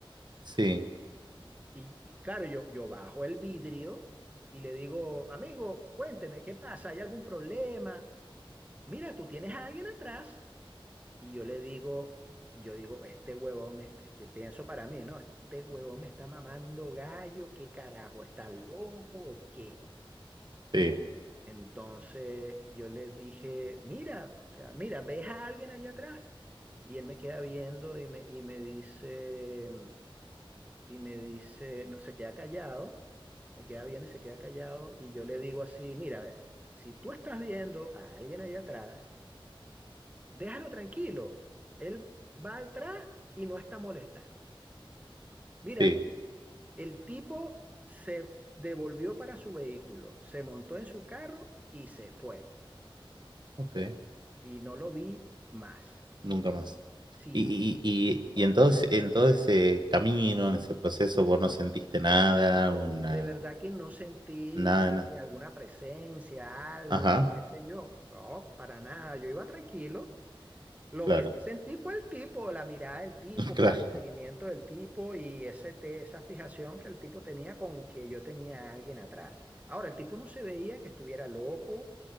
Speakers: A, on the right (about 55°); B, on the right (about 15°).
A: sí,
B: Y y claro, yo, yo bajo el vidrio y le digo, amigo, cuénteme, ¿qué pasa? ¿Hay algún problema? Mira, tú tienes a alguien atrás. Y yo le digo, yo digo, este huevón, me, este- este- pienso para mí, ¿no? Este huevón me está mamando gallo, ¿qué carajo? ¿Está loco o qué?
A: sí,
B: Entonces yo le dije, mira, o sea, mira, ¿ves a alguien allá atrás? Y él me queda viendo y me, y me dice... y me dice, no, se queda callado, me queda viendo y se queda callado, y yo le digo así, mira, a ver, si tú estás viendo a alguien allá atrás, déjalo tranquilo, él va atrás y no está molestando. Mira,
A: sí,
B: el tipo se devolvió para su vehículo, se montó en su carro y se fue,
A: ok,
B: y no lo vi más.
A: nunca más.
B: Sí.
A: Y, y, y, y en todo ese, en todo ese camino, en ese proceso, vos no sentiste nada,
B: No,
A: una,
B: de verdad que no sentí
A: nada,
B: que
A: de nada.
B: si alguna presencia, algo,
A: Ajá,
B: qué sé yo. No, para nada. Yo iba tranquilo, Lo
A: claro,
B: que sí sentí fue el tipo, la mirada del tipo,
A: <laughs> claro,
B: el seguimiento del tipo y ese te- esa fijación que el tipo tenía con que yo tenía a alguien atrás. Ahora, el tipo no se veía que estuviera loco,